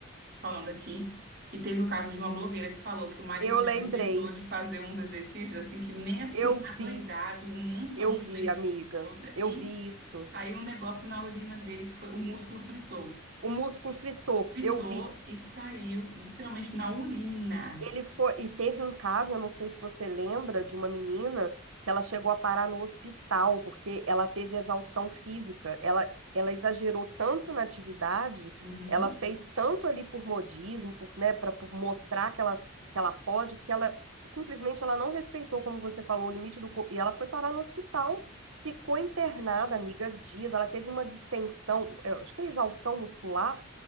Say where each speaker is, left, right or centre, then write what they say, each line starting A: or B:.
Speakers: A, on the right (about 45°); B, on the right (about 85°).
A: falando aqui, que teve o caso de uma blogueira que falou que o marido
B: Eu
A: dela
B: lembrei,
A: inventou de fazer uns exercícios assim que nem assim,
B: eu vi,
A: adoidado, um montão,
B: eu
A: uma
B: vi,
A: vez,
B: amiga,
A: outra,
B: eu
A: e
B: vi isso.
A: Saiu um negócio na urina dele que foi o músculo fritou.
B: O músculo fritou,
A: Fritou
B: eu vi.
A: e saiu literalmente na urina.
B: Ele foi. E teve um caso, eu não sei se você lembra, de uma menina que ela chegou a parar no hospital porque ela teve exaustão física. Ela, ela exagerou tanto na atividade,
A: Uhum.
B: ela fez tanto ali por modismo, por, né, para mostrar que ela, que ela pode, que ela simplesmente ela não respeitou, como você falou, o limite do corpo. E ela foi parar no hospital. Ficou internada, amiga, dias. Ela teve uma distensão, eu acho que é exaustão muscular,